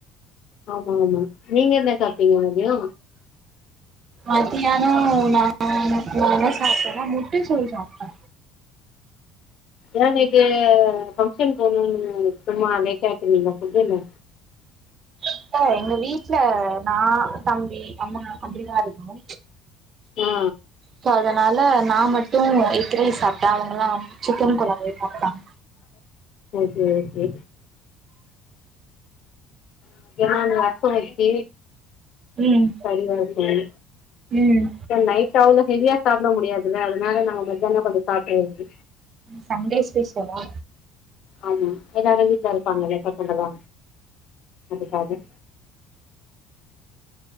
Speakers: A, on the left (about 45°); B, on the right (about 30°).
A: ஆமா ஆமா நீங்க என்ன சாப்ட்டிங்க மதியோ
B: மத்தியானோ நா நா என்ன சாப்டனா முட்ட சோறு சாப்டே
A: ஏ நேத்து பங்கஷன்க்கு போனுன்னு சும்மா லேட்டா எத்துகுனிங்க ஃபுட்டுனு
B: க்கா எங்க வீட்ல நா தம்பி அம்மா அப்டிதா இருக்கோ
A: ஆ
B: சோ அதனால நா மட்டு எக் ரைஸ் சாப்ட்ட அவுங்கல்லா சிக்கன் குழம்ப சாப்ட்டாங்க
A: ஓகே ஓகே முக்கியமா அந்த ரசோ வெச்சி
B: ம்
A: கறி வதக்குனே
B: ம்
A: நைட்டு அவ்ளோ ஹெவியா சாப்ட முடியாதுல்ல அதுனால நாங்க மத்தியானோ கொஞ்சோ சாப்ட்றது
B: சண்டே ஸ்பெஷலா
A: ஆமா எல்லாரு வீட்ல இருப்பாங்கலே அக்கா பொண்ணுங்க அதுக்காக